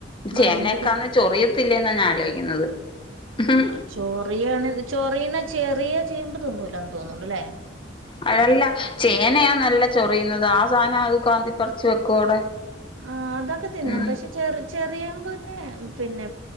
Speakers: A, on the right; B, on the left.
A: ഭയങ്കര
B: ചേനയൊക്കാന്ന് ചൊറിയത്തില്ലേന്ന ഞാൻ ആലോചിക്കുന്നത് ഉം
A: അഹ് ചൊറിയാണ് ചോറീണ ചെറിയ ചേമ്പ് തിന്നൂലാന്ന് തോന്നുണ്ട്ലെ
B: അഴല്ല ചേനയാ നല്ല ചൊറിയുന്നത് ആ സാധനം അത് കാന്തിപ്പറച്ചു വെക്കും അവിടെ
A: ആഹ് അതൊക്കെ തിന്നും
B: ഉം
A: പക്ഷെ ചെറ ചെറിയേമ്പിന് പിന്നെ